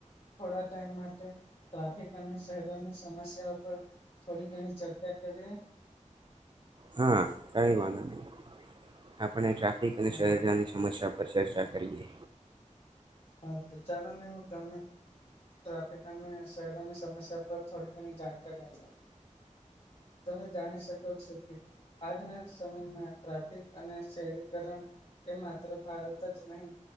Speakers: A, on the left; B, on the right.
A: થોડા ટાઈમ માટે, ટ્રાફિક અને શહેરોની સમસ્યા પર થોડી ઘણી ચર્ચા, કરીએ.
B: હા કઈ વાંધો નહી. આપણે ટ્રાફિક અને
A: હા
B: શહેરની સમસ્યા ઉપર ચર્ચા કરીએ.
A: હા, તો ચાલો ને હું તમને ટ્રાફિક અને શહેરોની સમસ્યા પર થોડી ઘણી જાણકારી આપો. તમે જાણી શકો છો કે, આજના સમયમાં ટ્રાફિક અને શહેરીકરણ એ માત્ર ભારત જ નહીં.